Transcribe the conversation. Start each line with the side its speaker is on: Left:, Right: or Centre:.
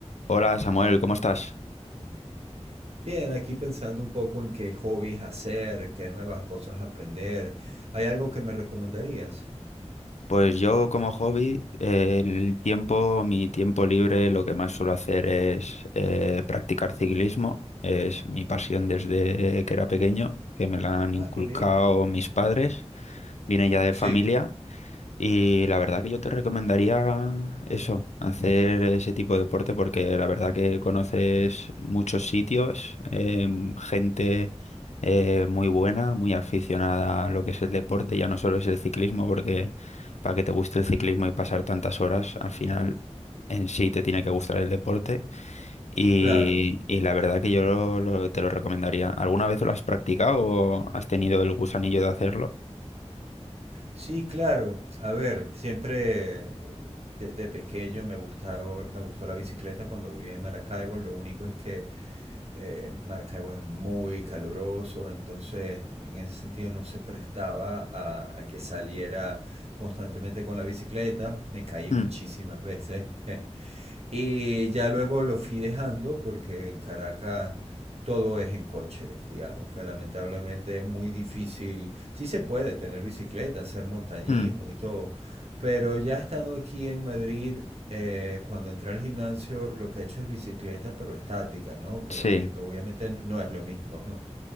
Left: Hola Samuel, ¿cómo estás?
Right: Bien, aquí pensando un poco en qué hobbies hacer, qué nuevas cosas aprender. ¿Hay algo que me recomendarías?
Left: Pues yo como hobby, eh, el tiempo, mi tiempo libre, lo que más suelo hacer es eh, practicar ciclismo. Es mi pasión desde que era pequeño, que me la han
Right: Ah,
Left: inculcado
Right: qué bien.
Left: mis padres. Viene ya de
Right: Sí,
Left: familia Y la verdad que yo te recomendaría eso, hacer ese tipo de deporte porque la verdad que conoces muchos sitios, em, gente eh, muy buena, muy aficionada a lo que es el deporte, ya no solo es el ciclismo, porque para que te guste el ciclismo y pasar tantas horas, al final en sí te tiene que gustar el deporte. Y,
Right: claro.
Left: y la verdad que yo lo- lo- te lo recomendaría. ¿Alguna vez lo has practicado o has tenido el gusanillo de hacerlo?
Right: Sí, claro. A ver, siempre eh, de, de pequeño me gustado, me gustó la bicicleta cuando vivía en Maracaibo. Lo único es que eh, Maracaibo es muy caluroso, entonces en ese sentido no se prestaba a, a que saliera constantemente con la bicicleta. Me caí
Left: Mm,
Right: muchísimas veces. <laughs> Y ya luego lo fui dejando porque en Caracas todo es en coches, digamos, que lamentablemente es muy difícil. Sí se puede tener bicicleta, hacer montañismo
Left: mm,
Right: y todo, pero ya estando aquí en Madrid, eh, cuando entré al gimnasio, lo que he hecho es bicicleta, pero estática, ¿no? Que
Left: sí.
Right: obvi- obviamente no es lo mismo. <laughs>